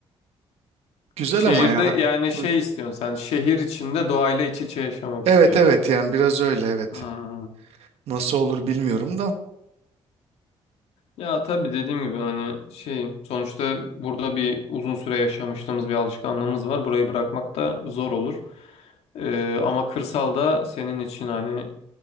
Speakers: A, on the right; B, on the left.
A: Güzel
B: Şehirde
A: ama ya.
B: yani şey
A: Hı.
B: istiyorsun sen şehir içinde doğayla iç içe yaşamak
A: Evet
B: istiyorsun.
A: evet yani biraz öyle evet.
B: Hmm.
A: Nasıl olur bilmiyorum da.
B: Ya tabii dediğim gibi hani şey sonuçta burada bir uzun süre yaşamışlığımız bir alışkanlığımız var. Burayı bırakmak da zor olur. Ee, ama kırsalda senin için hani